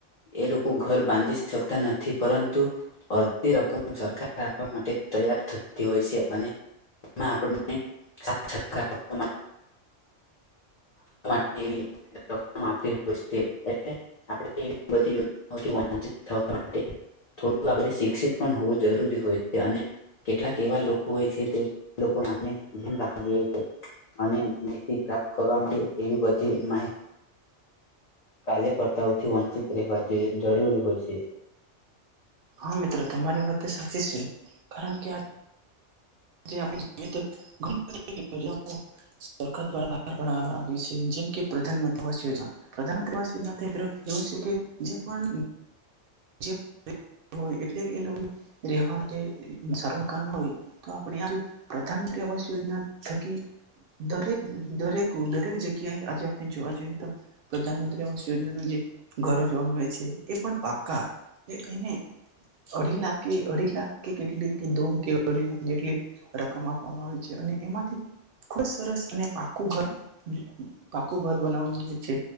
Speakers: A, on the left; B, on the right.
A: એ લોકો ઘર બાંધી શકતા નથી પરંતુ અડધી રકમ સરકાર આપવા માટે તૈયાર થતી હોય છે. અને તેમાં આપને વા માટેવી આપતી હોય છે એટલે આપ એવી બધીયોજનાથીચ થવા માટે થોડું આપ શિક્ષિત પણ હોવું જરૂરી હોય છે. અને કેટલાક એવા લોકો હોય છે તે લોકો આપણે ધન રાખું જો. અને માહિતી પ્રાપ્ત કરવા માટે એવી બધી માહિત કાર્યકર્તાઓથી વંચિત રહેવા જરૂરી હોય છે.
B: હા મિત્રો તમારી વાત સાચી છે. કારણ કે આ આપણે જો તોણી બધીયોજ સરકાર દ્વા બહાર પાડ આવી છે. જેમ કે પ્રધાનમંત્રીવાસ યોજના પ્રધાનમંતસ યોજના એવું છે કે જે પણ જે હોય એટલે એ લોકો રહેેવા માટે સારુંકા ન હોય તો આપણે આ પ્રધાનમંત્રી આવાસ યોજના થકી દરેક દરેક દરેક જગ્યાએ આજે આપણે જોવા જઈએ તો, પ્રધાનમંત્રી આવાસ યોજનાના જે ઘરો જોવા મળે છે એ પણ પાકા. એને અઢી લાખ કે અઢી લાખ કે કેટલી કે દોડ કે અઢી લાખ જેટલી રકમ આપવામાં આવે છે. અને એમાંથી ખૂબ સરસ અને પાકું ઘર પાકું ઘર બનાવવામાં આવે છે.